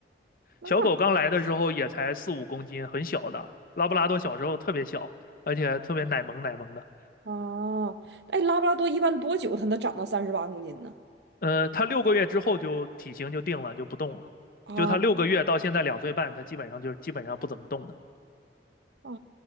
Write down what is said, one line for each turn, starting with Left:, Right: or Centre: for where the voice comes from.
Right: 那
Left: 小狗刚来的时候也才四五公斤，很小的。拉布拉多小时候特别小，而且特别奶萌奶萌的。
Right: 啊，哦哎，拉布拉多一般多久它能长到三十八公斤呢？
Left: 呃，它六个月之后就体型就定了，就不动了。
Right: 啊
Left: 就它六个月到现在两岁半，它基本上就是基本上不怎么动的。
Right: 啊，